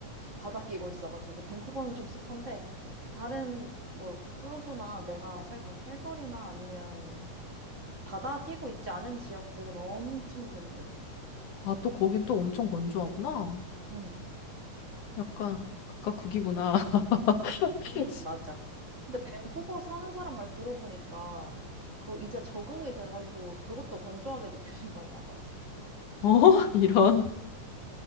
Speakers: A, on the right; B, on the left.
A: 바다 끼고 있어가지고, 밴쿠버는 좀 습한데, 다른, 뭐, 토론토나 내가 살던 캘거리나 아니면 그 바다 끼고 있지 않은 지역들은 엄청 건조해.
B: 아, 또 거긴 또 엄청 건조하구나.
A: 응.
B: 약간, 그니까 극이구나. <laughs>
A: 응, 맞아. 근데 밴쿠버 사는 사람 말 들어보니까 그 이제 적응이 돼가지고 그것도 건조하게 느껴진다고 하더라고.
B: 어? <laughs> 이런.